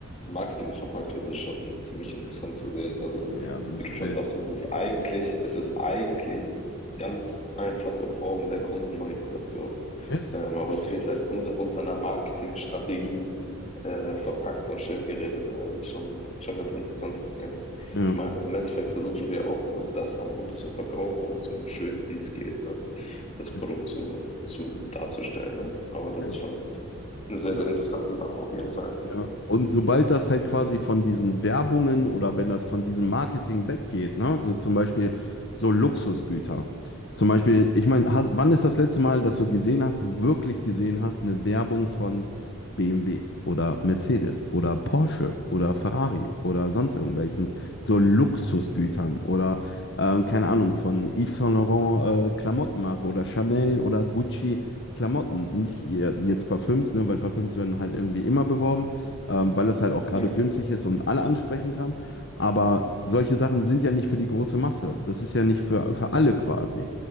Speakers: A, on the left; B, on the left.
A: Marketing verpackt wird, ist schon ziemlich interessant zu sehen. Also
B: Ja, das
A: wie du
B: ist
A: schon
B: wild.
A: sagst, es ist eigentlich, es ist eigentlich eine ganz einfache Form der Kundenmanipulation.
B: Yes.
A: Ähm, aber es wird halt unter, unter einer Marketingstrategie äh, verpackt und schön geredet. Ne? Also schon, schon ganz interessant zu sehen.
B: Ja.
A: Ich meine, im Endeffekt versuchen sie ja auch nur das an uns zu verkaufen und so schön wie es geht. Ne? das Produkt
B: Richtig.
A: zu, zu darzustellen. Ne? Aber das
B: Ja.
A: ist schon eine sehr,
B: So.
A: sehr interessante Sache auf jeden Fall.
B: Ja. Und sobald das halt quasi von diesen Werbungen oder wenn das von diesem Marketing weggeht, ne, so zum Beispiel so Luxusgüter. Zum Beispiel, ich meine, hast- wann ist das letzte Mal, dass du gesehen hast, wirklich gesehen hast, eine Werbung von BMW oder Mercedes oder Porsche oder Ferrari oder sonst irgendwelchen so Luxusgütern oder äh, keine Ahnung, von Yves Saint Laurent äh, Klamottenmarke oder Chanel oder Gucci Klamotten. Nicht ihr- jetzt Parfüms, ne, weil Parfüms werden halt irgendwie immer beworben ähm, weil es halt auch gerade
A: Mhm.
B: günstig ist und alle ansprechen kann. Aber solche Sachen sind ja nicht für die große Masse. Das ist ja nicht für, für alle quasi.